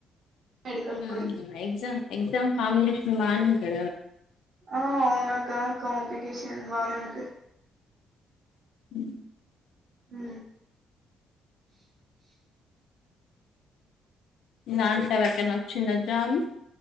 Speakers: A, on the right; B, on the left.
A: మెడికల్
B: ఉమ్మ్
A: కోడింగ్
B: ఎగ్జామ్ ఎగ్జామ్ కాంబినేష్ బానుంటదా
A: ఆ అవునక్క కాంపిటీషన్ బానే ఉంటది
B: ఊ
A: ఊ
B: దాంట్లో ఎవరికన్నా వచ్చిందా జాబు